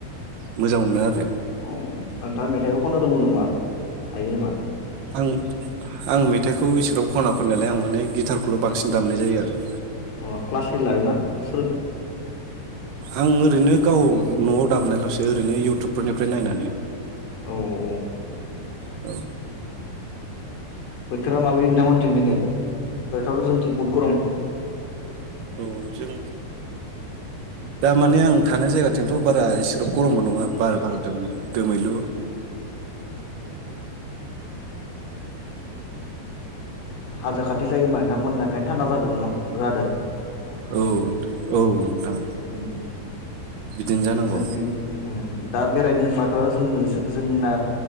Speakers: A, on the right (about 75°); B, on the left (about 70°).
A: मोजां मोनो आरो।
B: औ नोंथाङा मेथाइबो खनो रोंगौ नामा। हायो नामा।
A: आं- आं मेथाइखौ इसोराव खना खननायालाय आं माने गिटारखौल बांसिन दामनाय जायो आरो।
B: अ क्लास ओइद लादोंना सोलों
A: आं ओरैनो गाव न'आव दामनायल'सो ओरैनो इउटुबफोरनिफ्राय नायनानै।
B: औ औ औ।
A: औ।
B: बोथोरा माबायदि नोंथांमोनथिं दिनै। बोथोराथ' जोंथिं बहुद गरम।
A: औ जों दामाने आं थानाय जायगाथिंथ' बारा एसेबां गरमबो नङा बार बारदों दोमैलु।
B: हाजो खाथि जायो होमबा नोंथांमोना ओंखायनो थान्दा जादों जादों।
A: औ-औ नोंथां।
B: उम उम
A: बिदिनो जानांगौ।
B: जोंथिं दा बेरायनो होनबाथ' जों नोंसो जोंना